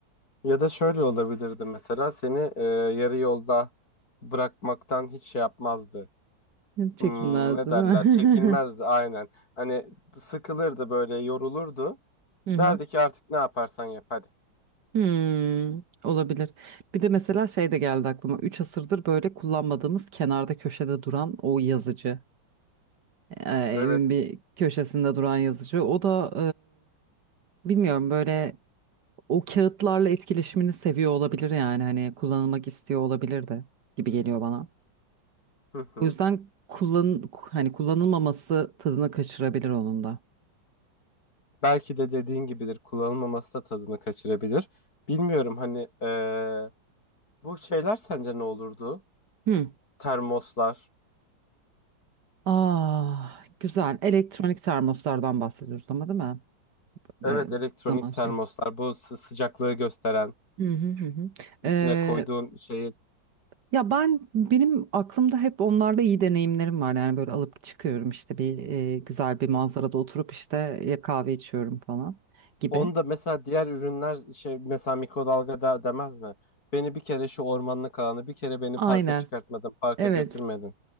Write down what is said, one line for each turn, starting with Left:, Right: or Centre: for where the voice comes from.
Left: Ya da şöyle olabilirdi mesela seni e, yarı yolda bırakmaktan hiç şey yapmazdı.
Right: Çekinmezdi
Left: Hmm, ne
Right: değil
Left: derler?
Right: mi?
Left: Çekinmezdi aynen. Hani sıkılırdı böyle yorulurdu.
Right: <laughs> Hı hı.
Left: Derdi ki artık ne yaparsan yap hadi.
Right: Hmm, olabilir. Bir de mesela şey de geldi aklıma. Üç asırdır böyle kullanmadığımız kenarda köşede duran o yazıcı. Ee, evin
Left: Evet.
Right: bir köşesinde duran yazıcı. O da e, bilmiyorum böyle o kağıtlarla etkileşimini seviyor olabilir yani hani kullanılmak istiyor olabilir de gibi geliyor bana.
Left: Hı hı.
Right: O yüzden kullan hani kullanılmaması tadını kaçırabilir onun da.
Left: Belki de dediğin gibidir kullanılmaması da tadını kaçırabilir. Bilmiyorum hani e, bu şeyler sence ne olurdu?
Right: Hı.
Left: Termoslar.
Right: Ah, güzel. Elektronik termoslardan bahsediyoruz ama değil mi?
Left: Evet
Right: Ve
Left: elektronik
Right: zaman
Left: termoslar
Right: şey.
Left: bu sı- sıcaklığı gösteren
Right: Hı hı hı. hı.
Left: içine
Right: Ee,
Left: koyduğun şeyi.
Right: ya ben
Left: Hı
Right: benim aklımda hep onlarda iyi deneyimlerim var. Yani böyle alıp çıkıyorum işte bir e, güzel bir manzarada
Left: hı.
Right: oturup işte ya kahve içiyorum falan gibi.
Left: Onu da mesela diğer ürünler şey mesela mikrodalga der demez mi? Beni bir kere şu ormanlık alanı bir kere beni
Right: Aynen.
Left: parka çıkartmadın, parka
Right: Evet.
Left: götürmedin.